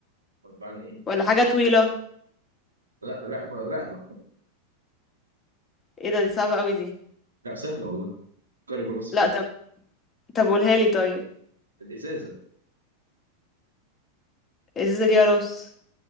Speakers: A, on the right (about 75°); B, on the left (about 20°).
A: أمال معنى إيه؟
B: ولا حاجة طويلة
A: لا رقبة رقبة
B: ايه ده دي صعبة قوي دي
A: لا سهلة والله كاري جروس
B: لا طب طب قولها لي طيب
A: الإزازة
B: ازازة ليها راس